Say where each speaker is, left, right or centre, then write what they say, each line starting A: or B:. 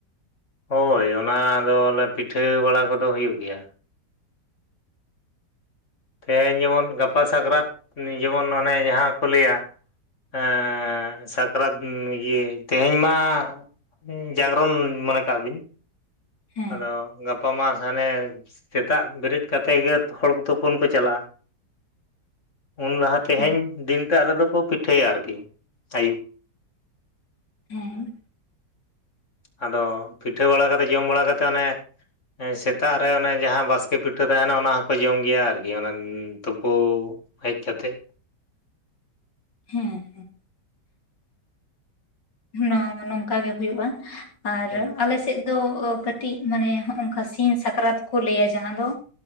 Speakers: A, on the left; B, on the left.
A: ᱦᱳᱭ ᱚᱱᱟ ᱫᱚᱞᱮ ᱯᱤᱴᱷᱟᱹ ᱵᱟᱲᱟ ᱠᱚᱫᱚ ᱦᱩᱭᱩᱜ ᱜᱮᱭᱟ᱾ ᱛᱮᱦᱮᱧ ᱡᱮᱢᱚᱱ ᱜᱟᱯᱟ ᱥᱟᱠᱨᱟᱛ ᱱᱮ ᱡᱮᱢᱚᱱ ᱚᱱᱮ ᱡᱟᱦᱟᱸ ᱠᱚ ᱞᱟᱹᱭᱟᱼᱼ ᱦᱮᱸᱻ ᱥᱟᱠᱨᱟᱛ ᱱᱤ ‌ᱤᱭᱟᱹ ᱛᱮᱦᱮᱧ ᱢᱟ ᱦᱮᱸ ᱡᱟᱜᱽᱨᱚᱱ ᱢᱚᱱᱮ ᱠᱟᱜ ᱵᱤᱱ
B: ᱦᱮᱸ
A: ᱟᱫᱚ ᱜᱟᱯ ᱯᱟ ᱢᱟ ᱥᱮ‌ ᱦᱟᱱᱮ ᱥᱮᱛᱟᱜ ᱵᱮᱨᱮᱫ ᱠᱟᱛᱮᱜ ᱜᱮ ᱛᱚ ᱦᱚᱲ ᱠᱚ ᱛᱩᱯᱩᱱ ᱠᱚ ᱪᱟᱞᱟᱜ-ᱟ᱾ ᱩᱱ ᱞᱟᱦᱟ ᱛᱮᱦᱮᱧ
B: ᱦᱮᱸ
A: ᱫᱤᱱᱴᱟᱜ ᱨᱮᱫᱚ ᱠᱚ ᱯᱤᱴᱷᱟᱹᱭᱟ ᱟᱨᱠᱤ ᱟᱭᱩᱵ᱾
B: ᱦᱮᱸ᱾
A: ᱟᱫᱚ ᱯᱤᱴᱷᱟᱹ ᱵᱟᱲᱟ ᱠᱟᱛᱮᱜ ᱡᱚᱢ ᱵᱟᱲᱟ ᱠᱟᱛᱮᱜ ᱚᱱᱮ ᱮᱸ ᱥᱮᱛᱟᱜ ᱨᱮ ᱚᱱᱮ ᱡᱟᱦᱟᱸ ᱵᱟᱥᱠᱮ ᱯᱤᱴᱷᱟᱹ ᱛᱟᱦᱮᱱᱟ ᱚᱱᱟ ᱦᱚᱸᱠᱚ ᱡᱚᱢ ᱜᱮᱭᱟ ᱟᱨ‌ ᱠᱤ ᱚᱱᱮᱱ ᱩᱸ ᱛᱩᱯᱩ ᱦᱮᱡ ᱠᱟᱛᱮᱜ᱾
B: ᱦᱮᱸ᱾ ᱦᱮᱸ ᱦᱚᱸ ᱱᱚᱶᱟ ᱢᱟ‌ ᱱᱚᱝᱠᱟ ᱜᱮ ᱦᱩᱭᱩᱜ-ᱟ ᱟᱨ
A: ᱦᱩᱸ
B: ᱟᱞᱮ ᱥᱮᱜ ᱫᱚ ᱚ ᱠᱟᱹᱴᱤᱡ ᱢᱟᱱᱮ ᱦᱚᱸᱜ-ᱚ ᱱᱚᱠᱟ ᱥᱤᱧ ᱥᱟᱠᱨᱟᱛ ᱠᱚ ᱞᱟᱹᱭᱟ ᱡᱟᱦᱟᱸ ᱫᱚ᱾